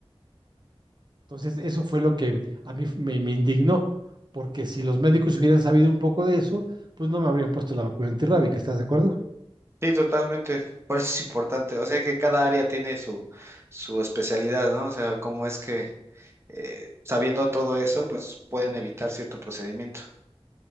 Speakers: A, on the right; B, on the right.
A: Entonces, eso fue lo que a mí me, me indignó, porque si los médicos hubieran sabido un poco de eso, pues no me habrían puesto la vacuna antirrábica, ¿estás de acuerdo?
B: Sí, totalmente. Por eso es importante. O sea que cada área tiene su, su especialidad, ¿no? O sea, cómo es que eh, sabiendo todo eso, pues pueden evitar cierto procedimiento.